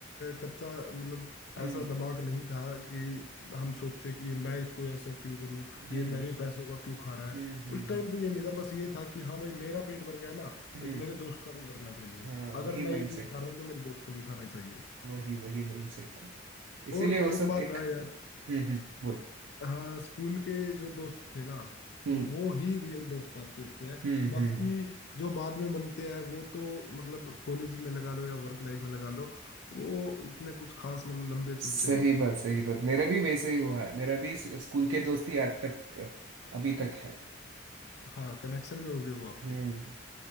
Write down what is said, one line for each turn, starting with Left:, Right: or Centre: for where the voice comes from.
Left: कच्चा मतलब
Right: हम्म
Left: ऐसा दिमाग नहीं था कि हम सोचे कि मैं इसको ऐसा क्यों करूं
Right: हम्म
Left: ये मेरे पैसों का क्यों खा रहा है
Right: हम्म हम्म
Left: उस टाइम
Right: हम्म
Left: पे ये नहीं था बस ये था कि हाँ भाई मेरा पेट भर गया ना
Right: हम्म,
Left: मेरे दोस्त का भी भरना चाहिए
Right: हाँ
Left: अगर
Right: वही
Left: मैं
Right: माइंडसेट
Left: ये चीज खा
Right: था
Left: रहा हूँ तो मेरे दोस्त को भी खाना चाहिए
Right: वही वही माइंडसेट था इसीलिए
Left: और
Right: वो
Left: एक
Right: सब
Left: बात
Right: एक
Left: है यार
Right: हम्म हम्म बोल
Left: हाँ स्कूल के जो दोस्त थे ना
Right: हम्म
Left: वो ही रियल दोस्त आपके होते हैं
Right: हम्म
Left: बाकी
Right: हम्म
Left: जो बाद में बनते हैं वो तो मतलब कॉलेज में लगा लो या वर्क लाइफ में लगा लो वो इतने कुछ खास मतलब लंबे
Right: सही
Left: चलते नहीं
Right: बात सही बात मेरा भी वैसे ही हुआ है मेरा भी स्कूल के दोस्त ही आज तक अभी तक है
Left: हाँ कनेक्शन में हो गए वो आपके
Right: हम्म